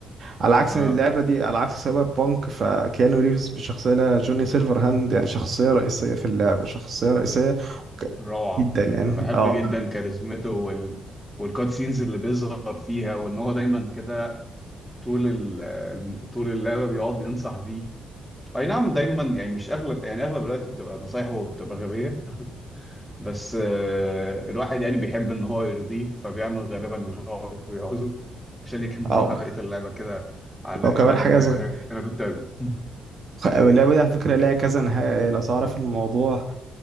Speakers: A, on the right; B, in the centre.
A: على عكس
B: اه
A: إن اللعبه دي على عكس سايبر بانك فكيانو ريفز بشخصيه لا جوني سيلفر هاند يعني شخصيه رئيسيه في اللعبه شخصيه رئيسيه ك-
B: روعة
A: جدا يعني
B: انا بحب
A: اه
B: جدا كاريزمته وال والكات سينز اللي بيظهر فيها وان هو دايما كده طول ال... آه، طول اللعبة بيقعد ينصح بيه اي نعم دايما يعني مش اغلب يعني اغلب الوقت بتبقى نصايحه وبتبقى غبية بس آه، الواحد يعني بيحب ان هو يرضيه فبيعمل غالبا اللي هو بيعوزه عشان يكمل
A: اه
B: <laughs> معاه بقية اللعبة كده على
A: وكمان
B: انا
A: حاجه
B: انا انا انا جود تيرم <laughs>
A: خ- اللعبة دي على فكرة ليها كذا نهاية يعني لو تعرف الموضوع